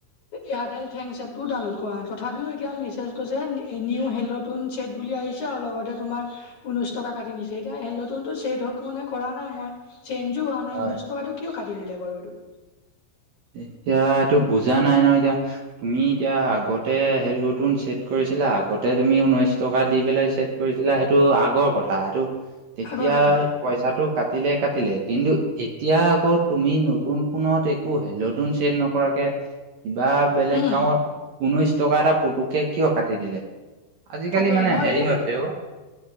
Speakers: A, on the left; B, on the right.
A: এয়াৰটেল থেংকছ এপটো ডাউনলোড কৰা নাই। তথাপিও এতিয়া মেছেজ গৈছে নি নিউ হেল্ল'- নতুন ছেট বুলি আহিছে আৰু লগতে তোমাৰ ঊনৈছ টকা কাটি নিছে। এতিয়া হেল্ল'টনটো ছেট হওঁক- মানে কৰা নাই মই, চেঞ্জো হোৱা নাই,
B: হয়
A: ঊনৈশ টকাটো কিয় কাটি নিলে বাৰু এইটো?
B: এতিয়া এইটো বুজা নাই নহয় এতিয়া। তুমি এতিয়া আগতে হেল্ল'টন ছেট কৰিছিলা, আগতে তুমি ঊনৈছ টকা দি পেলাই ছেট- কৰিছিলা সেইটো আগৰ কথা। সেইটো তেতিয়া-
A: আগৰ কথা
B: পইছাটো কাটিলে কাটিলে, কিন্তু এতিয়া আকৌ তুমি নতুন ফোনত এ- কো হেল্ল'টন ছেট নকৰাকে কিবা বেলেগ
A: উম
B: কামত- ঊনৈশ টকা এটা পুটুককে কিয় কাটি দিলে? আজিকালি
A: তাকে
B: মানে
A: মই
B: হেৰি
A: এতিয়া
B: হৈছে অ